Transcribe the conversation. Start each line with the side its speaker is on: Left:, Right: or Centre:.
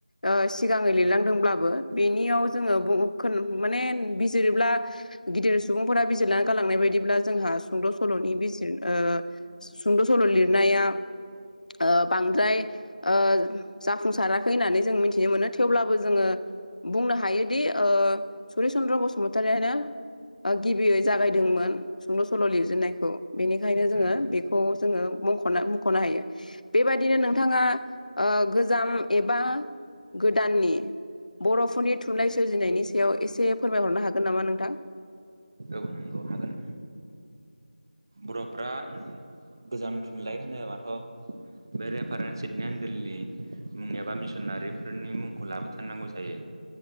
Left: ओ सिगाङै लिरलांदोंब्लाबो बेनियाव जोङो बहुदखोन माने बिजिरोब्ला गिदिर सुबुंफोरा बिजिरना गालांनाय बायदिब्ला जोंहा सुंद' सल'नि बिजिर ओ सुंद' सल' लिरनाया ओ बांद्राय ओ जाफुंसाराखै होननानै जों मिथिनो मोनो थेवब्लाबो जोङो बुंनो हायोदि ओ सरि चन्द्र बसुमतारियानो ओ गिबियै जागायदोंमोन। सुंद' सल' लिरजेननायखौ। बेनिखायनो जोङो
Right: उम
Left: बेखौ जोङो मख'ना मुख'नो हायो। बेबायदिनो नोंथाङा ओ गोजाम एबा गोदाननि बर'फोरनि थुनलाइ सोरजिनायनि सायाव एसे फोरमायहरनो हागोन नामा नोंथां?
Right: औ नंगौ हागोन। बर'फ्रा गोजाम थुनलाइ होनोबाथ' बे रेफारेन्द सिदने एण्डेलनि मुं एबा मिसनारिफोरनि मुंखौ लाबोथारनांगौ जायो।